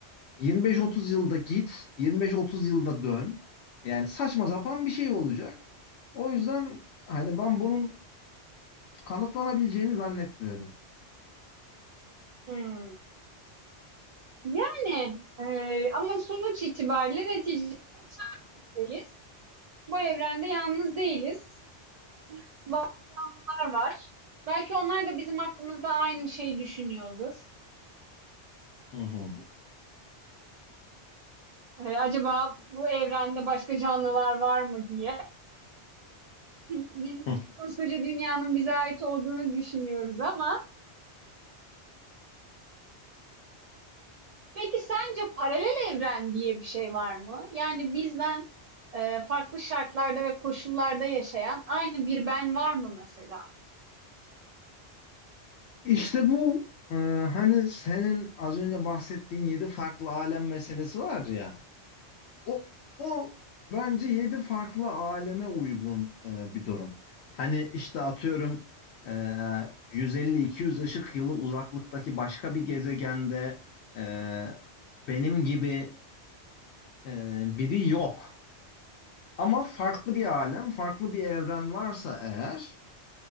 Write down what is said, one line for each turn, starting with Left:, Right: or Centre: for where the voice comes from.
Left: 25-30 yılda git, 25-30 yılda dön. Yani saçma sapan bir şey olacak. O yüzden hani ben bunun kanıtlanabileceğini zannetmiyorum.
Right: hımm. Yani, eee, ama sonuç itibariyle neticede uçan birdeyiz. Bu evrende yalnız değiliz. Bazı canlılar var. Belki onlar da bizim hakkımızda aynı şeyi düşünüyordur.
Left: Hı hı.
Right: Eee, acaba bu evrende başka canlılar var mı diye. <laughs> Biz
Left: Hı.
Right: koskoca dünyanın bize ait olduğunu düşünüyoruz ama Peki sence paralel evren diye bir şey var mı? Yani bizden e, farklı şartlarda ve koşullarda yaşayan aynı bir ben var mı mesela?
Left: İşte bu e, hani senin az önce bahsettiğin yedi farklı alem meselesi var ya. O, o bence yedi farklı aleme uygun e, bir durum. Hani işte atıyorum e, 150-200 ışık yılı uzaklıktaki başka bir gezegende e, benim gibi e, biri yok. Ama farklı bir alem, farklı bir evren varsa eğer